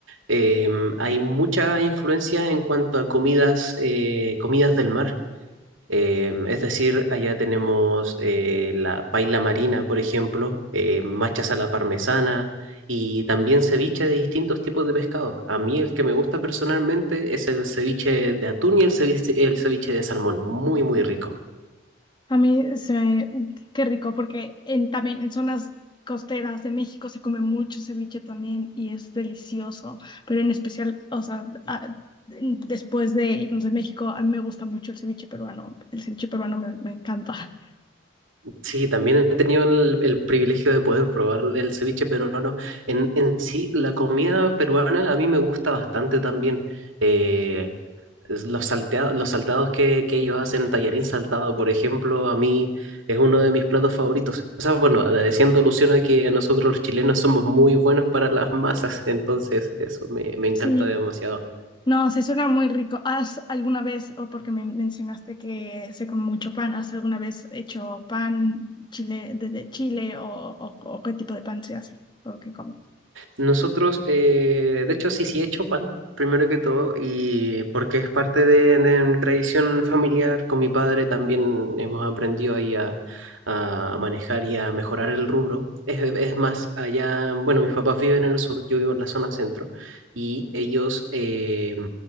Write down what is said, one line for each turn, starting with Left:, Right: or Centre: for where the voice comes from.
Right: em, hay mucha influencia en cuanto a comidas, eh, comidas del mar. Em, es decir, allá tenemos eh, la paila marina, por ejemplo, eh, machas a la parmesana y también ceviche de distintos tipos de pescado. A mí el que me gusta personalmente es el ceviche de atún y el ceviche, el ceviche de salmón. Muy, muy rico.
Left: A mí se me... Qué rico, porque en, también en zonas costeras de México se come mucho ceviche también y es delicioso, pero en especial, o sea, a- después de irnos de México, a mí me gusta mucho el ceviche peruano, el ceviche peruano me, me encanta. <laughs>
Right: Sí, también he tenido el, el privilegio de poder probar el ceviche peruano. En, en sí, la comida peruana a mí me gusta bastante también. Eh, es Los, salteados los saltados que, que ellos hacen, el tallarín saltado, por ejemplo, a mí es uno de mis platos favoritos. O sea, bueno, agradeciendo alusión a que a nosotros los chilenos somos muy buenos para las masas, <laughs> entonces eso me, me encanta
Left: Sí,
Right: demasiado.
Left: no, se suena muy rico. ¿Has alguna vez, o porque me mencionaste que se come mucho pan, ¿has alguna vez hecho pan chile desde Chile o, o, o qué tipo de pan se hace o qué comen?
Right: Nosotros, eh, de hecho, sí, sí he hecho pan, primero que todo, y porque es parte de, de mi tradición familiar, con mi padre también hemos aprendido ahí a, a manejar y a mejorar el rubro. Es, es más, allá, bueno, mis papás viven en el sur, yo vivo en la zona centro, y ellos eh,